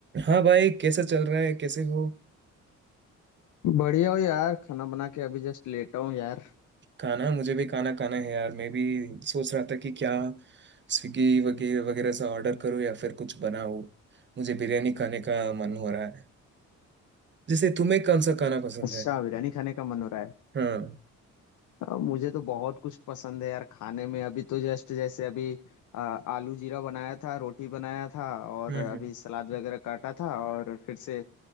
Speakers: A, on the right; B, on the left.
A: हाँ भाई कैसा चल रहा है कैसे हो
B: बढ़िया हो यार खाना बना के अभी जस्ट लेटा हूँ यार
A: खाना मुझे भी खाना खाना है यार मैं भी सोच रहा था कि क्या स्विगी वगैरह वगैरह से ऑर्डर करूँ या फिर कुछ बनाऊँ मुझे बिरयानी खाने का मन हो रहा है जैसे तुम्हें कौन सा खाना पसंद
B: अच्छा
A: है
B: बिरयानी खाने का मन हो रहा है
A: हाँ
B: अब मुझे तो बहुत कुछ पसंद है यार खाने में अभी तो जस्ट जैसे अभी आ, आलू जीरा बनाया था रोटी बनाया था और
A: हम्म
B: अभी
A: हम्म
B: सलाद वगैरह काटा था और फिर से